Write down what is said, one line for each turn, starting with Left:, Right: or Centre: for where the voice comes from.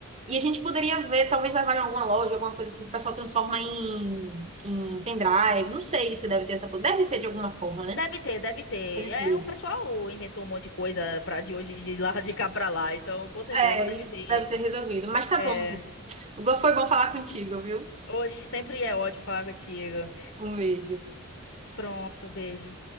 Right: e a gente poderia ver, talvez levar em alguma loja, alguma coisa assim que o pessoal transforma em, em pendrive. Não sei se deve ter essa. Deve ter de alguma forma,
Left: Deve
Right: né?
Left: ter, deve ter.
Right: Deve
Left: É,
Right: ter.
Left: o pessoal inventou um monte de coisa para de hoje de lá de cá pra lá, então com certeza
Right: É,
Left: deve
Right: isso
Left: ter.
Right: deve ter resolvido. Mas tá
Left: é,
Right: bom. Foi bom falar contigo, viu?
Left: Oxe, sempre é ótimo falar contigo.
Right: Um beijo.
Left: Pronto, beijo.